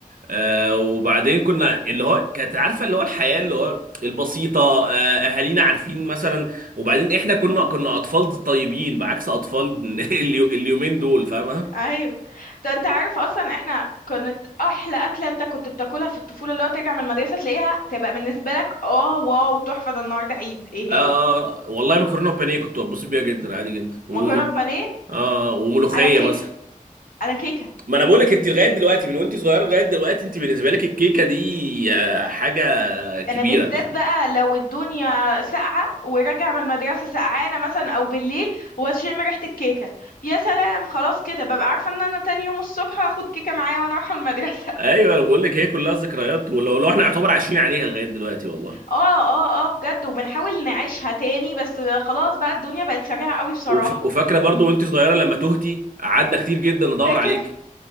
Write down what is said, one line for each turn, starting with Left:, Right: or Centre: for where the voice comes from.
Right: آه وبعدين كنا اللي هو كانت عارفه اللي هو الحياه اللي هو البسيطه آه اهالينا عارفين مثلا وبعدين احنا كنا كنا اطفال طيبين بعكس اطفال <laughs> اليو- اليومين دول فاهمه
Left: ايوه ده انت عارف اصلا احنا كانت احلى اكله انت كنت بتاكلها في الطفوله اللي هو ترجع من المدرسه تلاقيها تبقى بالنسبه لك اه واو تحفه ده النهارده عيد ايه
Right: اه
Left: هي
Right: آه، والله مكرونه وبانيه كنت ببص بيها جدا عادي جدا والمل...
Left: مكرونه بانيه
Right: اه وملوخيه
Left: انا كيكه
Right: مثلا
Left: انا كيكه
Right: ما انا بقول لك انت لغايه دلوقتي من وانت صغيره لغايه دلوقتي انت بالنسبه لك الكيكه دي آه، حاجه كبيره
Left: انا بالذات
Right: <laughs>
Left: بقى لو الدنيا ساقعه وراجع من المدرسه سقعانه مثلا او بالليل واشم ريحه الكيكه يا سلام خلاص كده ببقى عارفه ان انا تاني يوم الصبح هاخد كيكه معايا وانا رايحه المدرسه <laughs>
Right: ايوه انا بقول لك هي كلها ذكريات ولو لو احنا يعتبر عايشين عليها لغايه دلوقتي والله
Left: اه اه اه بجد وبنحاول نعيشها تاني بس خلاص بقى الدنيا بقت سريعه قوي بصراحه
Right: وف... وفاكره برضو وانت صغيره لما تهتي قعدنا كتير جدا ندور
Left: فاكر
Right: عليك